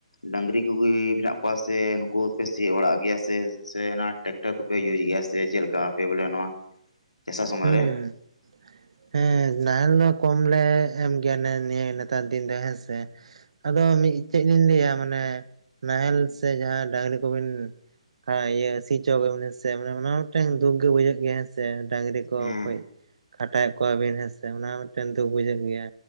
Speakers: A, on the left; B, on the right.
A: ᱰᱟᱹᱝᱨᱤ ᱠᱚᱜᱮ ᱢᱮᱱᱟᱜ ᱠᱚᱣᱟ ᱥᱮ ᱱᱩᱠᱩ ᱯᱮ ᱥᱤᱭᱚᱜ ᱵᱟᱲᱟᱜ ᱜᱮᱭᱟ ᱥᱮ ᱥᱮ ᱚᱱᱟ ᱴᱮᱠ ᱴᱟ ᱠᱚᱯᱮ ᱤᱭᱩᱡ ᱜᱮᱭᱟ ᱥᱮ ᱪᱮᱫ ᱞᱮᱠᱟ ᱟᱯᱮ ᱵᱚᱞᱮ ᱱᱚᱣᱟ ᱪᱟᱥᱟ ᱥᱚᱢᱚᱭ
B: ᱦᱚᱸ
A: ᱨᱮ <inaudible>
B: ᱦᱮᱸ ᱱᱟᱦᱮᱞ ᱫᱚ ᱠᱚᱢᱞᱮ ᱮᱢ ᱜᱮᱭᱟ ᱱᱮ ᱱᱤᱭᱟᱹ ᱱᱮᱛᱟᱨ ᱫᱤᱱ ᱫᱚ ᱦᱮᱸᱥᱮ᱾ ᱟᱫᱚ ᱢᱤᱫ ᱪᱮᱫ ᱞᱤᱧ ᱞᱟᱹᱭᱟ ᱢᱟᱱᱮ ᱱᱟᱦᱮᱞ ᱥᱮ ᱡᱟᱦᱟᱸ ᱰᱟᱝᱨᱤ ᱠᱚᱵᱤᱱ ᱠᱷᱟ ᱤᱭᱟᱹ ᱥᱤ ᱦᱚᱪᱟ ᱠᱟᱫᱟᱵᱤᱱ ᱦᱮᱸᱥᱮ ᱚᱱᱟ ᱦᱚᱸ ᱢᱤᱫᱴᱟᱝ ᱫᱩᱠ ᱜᱮ ᱵᱩᱡᱷᱟᱹᱜ ᱜᱮᱭᱟ ᱦᱮᱸᱥᱮ᱾ ᱰᱟᱹᱝᱨᱤ ᱠᱟᱹᱡ
A: ᱦᱮᱸ
B: ᱠᱷᱟᱴᱟᱭᱮᱫ ᱠᱚᱣᱟ ᱵᱤᱱ ᱦᱮᱸᱥᱮ ᱚᱱᱟ ᱦᱚᱸ ᱢᱤᱫᱴᱮᱱ ᱫᱩᱠ ᱵᱩᱡᱷᱟᱹᱜ ᱜᱮᱭᱟ᱾